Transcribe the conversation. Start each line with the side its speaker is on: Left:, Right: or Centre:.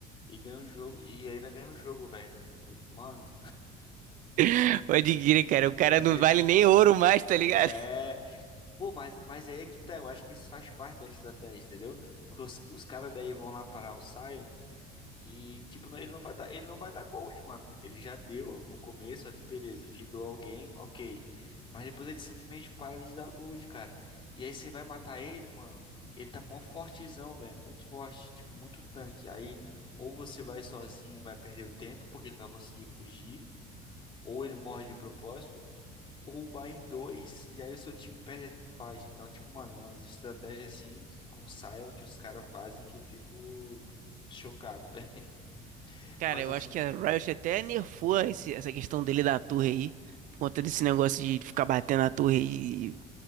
Left: e ganha o jogo. E ainda ganha o jogo, velho. Eu Fico, Mano,
Right: <laughs> Pode crer, cara.
Left: <laughs>
Right: O cara
Left: eu fico.
Right: não vale nem ouro mais, tá ligado?
Left: É. Pô, mas, mas aí é que tá. Eu acho que isso faz parte da estratégia, entendeu? Porque os, os caras daí vão lá parar o Sion. E, tipo, não- ele não vai dar ele não vai dar gold, mano. Ele já deu no começo ali, beleza, fidou alguém, ok. Mas depois ele simplesmente para de dar gold, cara. E aí você vai matar ele, mano. Ele tá mó fortezão, velho. Muito forte, tipo, muito tanque. Aí, ou você vai sozinho e vai perder o tempo, porque ele vai conseguir fugir. Ou ele morre de propósito. Ou vai em dois, e aí o seu time perde a teamfight. Então, tipo, mano, é umas estratégias assim, de- com Sion que os caras fazem que eu fico chocado, <laughs> velho.
Right: Cara,
Left: Mas
Right: eu
Left: os
Right: acho que a Riot até nerfou esse- essa questão dele da torre aí. Por conta desse negócio de ficar batendo na torre e